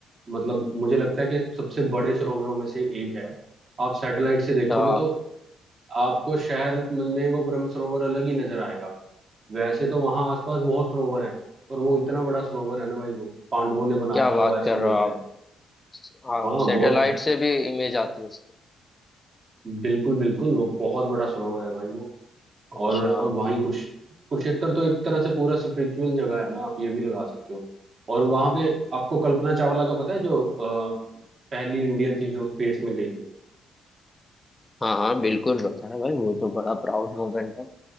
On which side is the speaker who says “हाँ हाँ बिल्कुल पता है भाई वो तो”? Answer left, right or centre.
Left